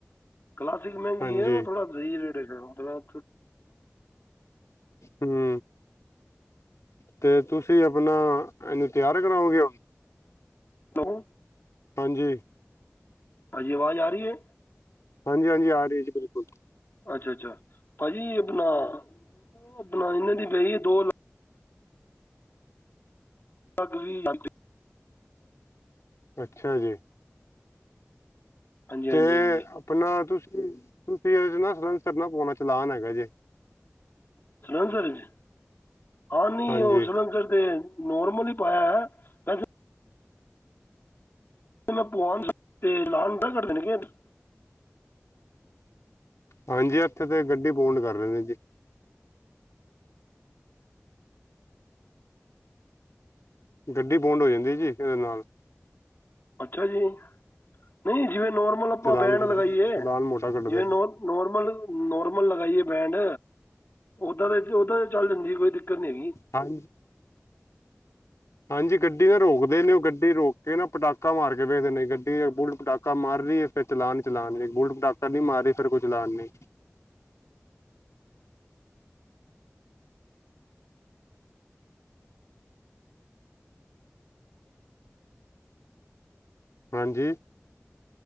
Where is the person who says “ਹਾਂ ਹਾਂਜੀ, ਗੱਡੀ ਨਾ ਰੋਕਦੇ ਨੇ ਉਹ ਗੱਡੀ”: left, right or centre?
Left